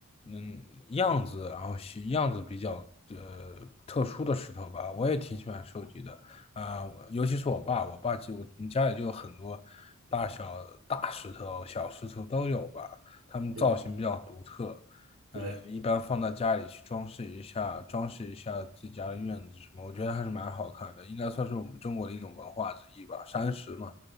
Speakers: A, on the left; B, on the right.
A: 嗯，样子，然后形样子比较呃特殊的石头吧，我也挺喜欢收集的啊，我尤其是我爸，我爸就我们家里就有很多大小大石头、小石头都有吧，它们造型比较独特，
B: 对的，
A: 呃，
B: 对。
A: 一般放在家里去装饰一下，装饰一下自己家的院子什么，我觉得还是蛮好看的，应该算是我们中国的一种文化之一吧，山石嘛。